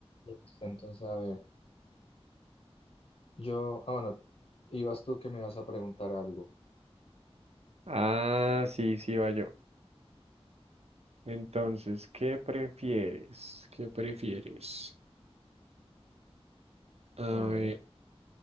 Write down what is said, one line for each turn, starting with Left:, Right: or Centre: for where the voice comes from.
Left: Listo, entonces, a ver, yo, ah, bueno, ibas tú que me ibas a preguntar algo.
Right: Ah, sí, sí, va yo. Entonces, ¿qué prefieres? ¿Qué prefieres? A
Left: A ver,
Right: ver,